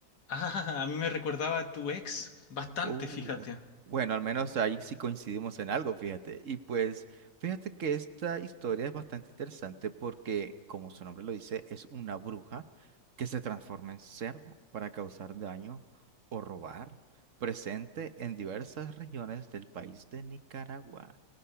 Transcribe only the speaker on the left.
Ah, a mí me recordaba a tu ex, bastante,
fíjate,